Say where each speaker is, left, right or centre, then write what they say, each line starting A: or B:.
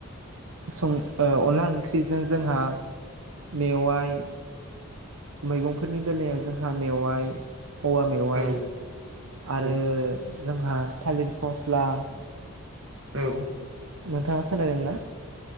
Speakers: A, on the right; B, on the right.
A: सम ओ अनला ओंख्रिजों जोंहा मेवाइ मैगंफोरनि बेलायाव जोंहा मेवाइ औवा मेवाइ
B: औ
A: आरो
B: औ
A: जोंहा थालिर फस्ला
B: औ
A: नोंथाङा खोनादों ना?